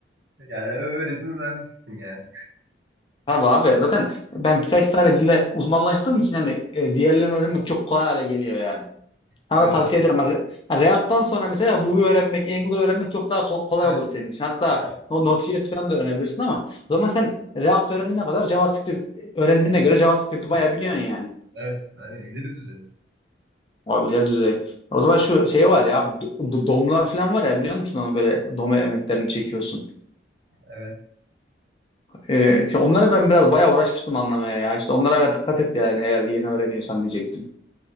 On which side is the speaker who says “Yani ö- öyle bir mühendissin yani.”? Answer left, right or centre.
Right